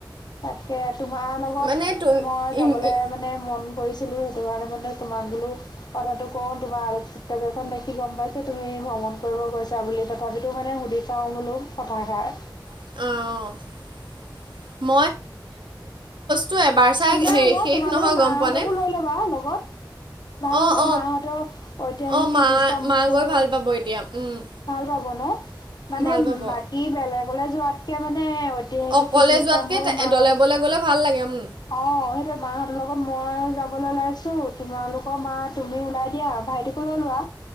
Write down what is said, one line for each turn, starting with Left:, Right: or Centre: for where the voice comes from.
Left: তাকে, তোমাৰ লগত
Right: মানে তুম
Left: মই যাবলৈ
Right: ইম ই
Left: মানে মন কৰিছিলো, সেইটো কাৰণে মানে তোমাক বলো কথাাতটো কওঁ তোমাৰ আলোকচিত্ৰ দেখি গম পাইছ তুমি ভ্ৰমণ কৰিব গৈছা বুলি তথাপিতো মানে, সুধি চাওঁ বোলো কথাষাৰ
Right: <unintelligible> চাই
Left: শুনা
Right: হে
Left: আকৌ
Right: শেষ
Left: তোমালোকৰ
Right: নহয়, গম
Left: মাহঁতকো
Right: পোৱা নাই
Left: ল'বা লগত- ভাল
Right: অ',
Left: হ'ব মাহঁতৰ ঐতিহাসিক
Right: অ', মা,
Left: কীৰ্তিস্তম্ভবোৰ
Right: মা গৈ ভাল পাব এতিয়া উম',
Left: ভাল পব ন মানে,
Right: ভাল পাব
Left: বাকী বেলেগলৈ যোৱাতকে মানে ঐতিহাসিক
Right: অকলে
Left: কীৰ্ত্তিস্তম্ভও
Right: যোৱাতকৈ তে-
Left: মাত
Right: দলে বলে ভাল লাগে ম
Left: অ', সেইটো মাহঁতৰ লগত মই যাবলৈ ওলাইছো, তোমালোকৰ মা তুমি ওলাই দিয়া ভাইটোক লোৱা